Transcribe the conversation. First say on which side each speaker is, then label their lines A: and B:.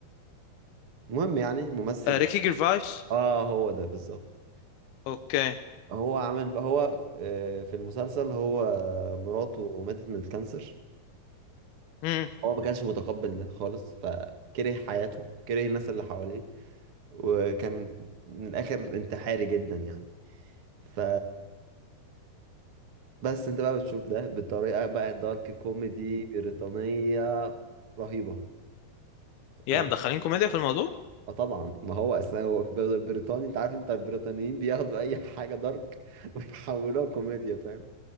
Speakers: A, on the right; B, on the left.
A: المهم يعني ممثل
B: آه ريكي جيرفايس
A: اه هو ده بالظبط
B: اوكي
A: هو عمل بقى هو آه، في المسلسل هو مراته ماتت من الكانسر
B: امم
A: هو ما كانش متقبل ده خالص فكره حياته كره الناس اللي حواليه وكان من الاخر انتحاري جدا يعني ف بس انت بقى بتشوف ده بطريقه بقى دارك كوميدي بريطانيه رهيبه فاهم
B: يا مدخلين كوميديا في الموضوع
A: اه طبعا ما هو اصلا هو بريطاني انت عارف انت البريطانيين بياخدوا اي حاجه دارك <laughs> ويحولوها كوميديا فاهم